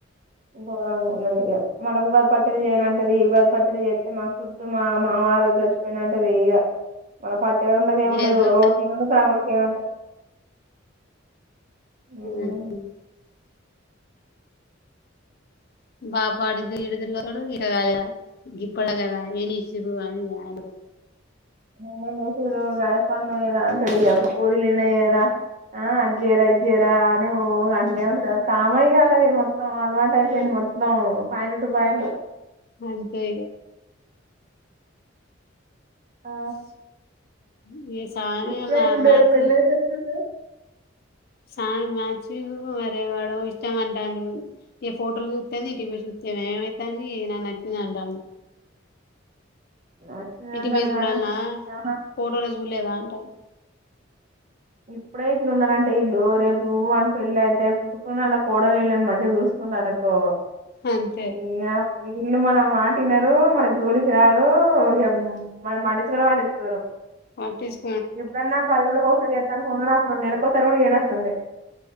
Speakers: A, on the right (about 40°); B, on the left (about 50°).
A: ఘోరంగా ఉన్నది ఇగ మన ఉగాది పచ్చడి చేయనంటది ఈ ఉగాది పచ్చడి చేస్తే మాకు చు మామ మామారు చచ్చిపోయినంటది ఇగ మళ్ళ పచ్చగా ఉండదు ఏం ఉండదు
B: లేదు
A: ఓ తినుడు తాగుడు కేమ
B: హ
A: ఉమ్.
B: <unintelligible>
A: <unintelligible> ఆ అది చేర ఇది చెర అని ఏంటంది కామనీ కాాలది మొత్తం అలవాటు అయిపోయింది మొత్తం పాయింట్ టు పాయింట్
B: అంతే ఇగ
A: ఆ
B: ఇగ సామి
A: ఇప్పుడే
B: మా
A: యిట్లుంటే
B: మ్యాచ్
A: రేపు పెళ్లి అయ్యాక ఎట్లుంటారు
B: సా మ్యాచింగు వర వాడ ఇష్టమ ఏ ఫోటోలు చూస్తేని ఇంటికి చూస్తే ఏమైతని నా నచ్చింది అంటాను
A: మంచిగనే
B: ఇంటికి
A: ఉంటడు
B: పై చూడాల్న్న
A: గానీ ఆహా
B: ఫటోలో చూలేదా అంటాడు
A: ఇప్పుడే ఇట్లు ఉన్నారంటే ఇల్లుు రేపు వని పెళ్ళి అయితే పుసుకుని అలా కోడలు వీళ్ళని మంచిగా చూస్త కున్నానుకో
B: అంతే
A: ఇయ ఇల్లు మనం మాటినరు మన జోలికి రారు ఇ మనం మటించుకు పట్టించుకోరు
B: పటిచు
A: ఇప్పుడన్నా పదివేలకుకి ఒకసారి చేస్తాను ఫందున్నా అప్పుడు నెలకోసరి కూడ ఏనడుస్తుంది